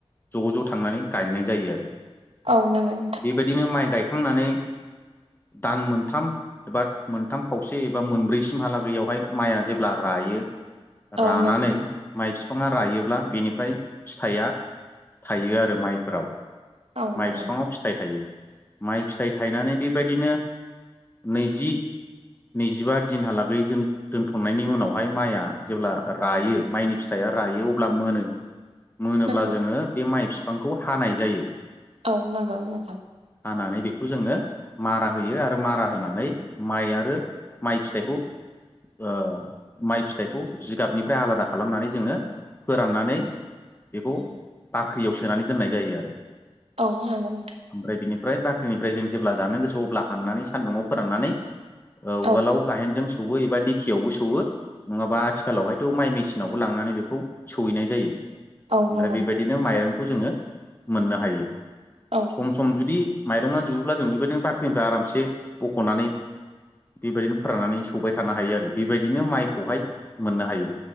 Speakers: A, on the left; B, on the right.
A: ज' ज' थांनानै गायनाय जायो आरो
B: औ नोंङो
A: बेबादिनो माइ गायखांनानै दान मोनथाम एबा मोनथाम खावसे एबा मोनब्रैसिमहालागैयावहाय माइया जेब्ला राग रायो
B: औ
A: रानानै
B: नंगौ
A: माइस फिफाङा रायोब्ला बिनिफाय फिथाइया थायो आरो माइफोराव
B: औ
A: माइ
B: नोंगोना
A: बिफाङाव फिथाइ थायो माइ फिथाइ थायनानै बेबादिनो नैजि नैजिबा दिनहालागै दोन दोनथ'नायनि उनावहाय माइया जेब्ला रायो माइनि फिथाइया रायो अब्ला मोनो मोनोब्ला
B: नंगौ
A: जोङो बे माइ फिफांखौ हानाय जायो।
B: औ नंगौ नोंथां
A: हानानै बेखौ जोङो मारा होयो आरो मारा होनानै माइ आरो माइ फिथाइखौ ओ माइ फिथाइखौ जिगाबनिफ्राय आलादा खालामनानै जोङो फोराननानै बेखौ बाख्रियाव सोनानै दोननाय जायो आरो
B: औ नंगौ नोंथां
A: ओमफ्राय बेनि ओमफ्राय बाख्रिनिफ्राय जों जेब्ला जानो गोसो अब्ला हाननानै सान्दुुंआव फोराननानै
B: औ
A: उवालाव गायेनजों सौवो एबा दिेखियावबो सौवो नङाबा आथिखालावहायथ' माइ मेसिनावबो लांनानै बेखौ सौहैनाय जायो
B: औ
A: ओमफ्राय
B: नंगौ
A: बेबायदिनो माइरंखौ जोङो मोननो हायो
B: औ
A: सम सम जुदि माइरंआ जुबोब्ला जों बेबायदिनो बाख्रिनिफ्राय आरामसे बख'नानै बेबायदिनो फोराननानै सौबाय थानो हायो आरो बेबायदिनो माइखौहाय मोननो हायो